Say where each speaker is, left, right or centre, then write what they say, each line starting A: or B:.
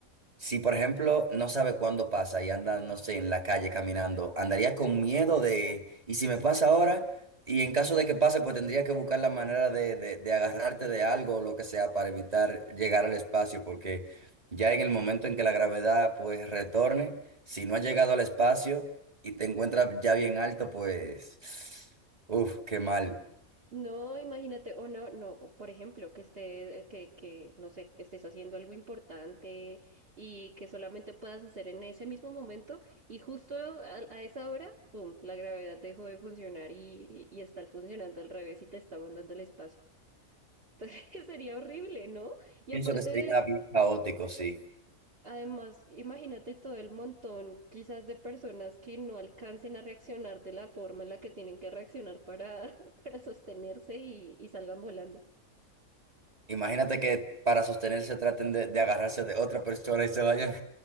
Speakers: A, on the right; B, on the right.
A: Si, por ejemplo, no sabe cuándo pasa y anda, no sé, en la calle caminando, andaría con miedo de, ¿y si me pasa ahora? Y en caso de que pase, pues tendría que buscar la manera de, de, de agarrarte de algo o lo que sea para evitar llegar al espacio, porque ya en el momento en que la gravedad, pues, retorne, si no has llegado al espacio y te encuentras ya bien alto, pues, uff, qué mal.
B: No, imagínate, o no, no, o por ejemplo, que esté, que, que, no sé, estés haciendo algo importante y que solamente puedas hacer en ese mismo momento y justo a, a esa hora, pum, la gravedad dejó de funcionar y, y, y está funcionando al revés y te está mandando el espacio. <laughs> Entonces sería horrible, ¿no? Y
A: Pienso
B: aparte
A: que sería
B: de
A: bien caótico, sí.
B: Además, imagínate todo el montón quizás de personas que no alcancen a reaccionar de la forma en la que tienen que reaccionar para, <laughs> para sostenerse y, y salgan volando.
A: Imagínate que para sostenerse traten de, de agarrarse de otra persona y se vayan